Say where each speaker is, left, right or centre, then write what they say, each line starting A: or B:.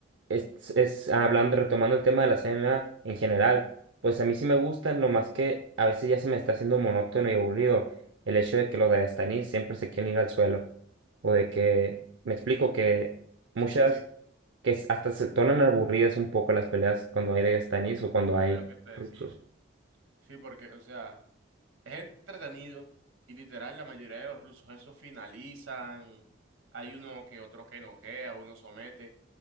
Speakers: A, on the right (about 70°); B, on the right (about 85°).
A: es, es hablando, retomando el tema de la C M A en general, pues a mí sí me gusta, no más que a veces ya se me está haciendo monótono y aburrido el hecho de que los Dagestanis siempre se quieren ir al suelo, o de que, me explico, que
B: sí,
A: muchas,
B: sí, sí, eso
A: que s- hasta se tornan aburridas un poco las peleas cuando hay Dagestanis o cuando hay
B: es lo que te decía.
A: rusos.
B: Sí, porque, o sea, es entretenido y literal, la mayoría de los rusos esos finalizan, hay uno que otro que noquea, uno somete,